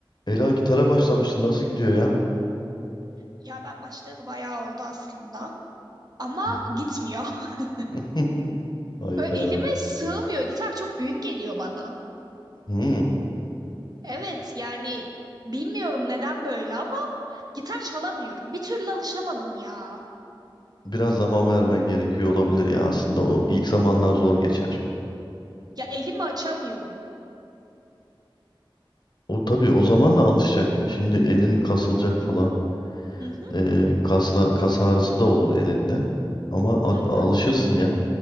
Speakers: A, on the left; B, on the right.
A: Ela gitara başlamıştı. Nasıl gidiyor ya?
B: Ya ben başlayalı bayağı oldu aslında. Ama
A: Hı hı.
B: gitmiyor. <laughs>
A: <laughs> Hayda.
B: Böyle elime sığmıyor. Gitar çok büyük geliyor bana.
A: Hmm.
B: Evet yani bilmiyorum neden böyle ama gitar çalamıyorum. Bir türlü alışamadım ya.
A: Biraz zaman vermen gerekiyor olabilir ya aslında. O ilk zamanlar zor geçer.
B: Ya elimi açamıyorum.
A: O tabii o zamanla alışacak. Şimdi elin kasılacak falan.
B: Hı hı
A: Ee, kasla, kas ağrısı da olur elinde. Ama a-
B: hı hı.
A: alışırsın ya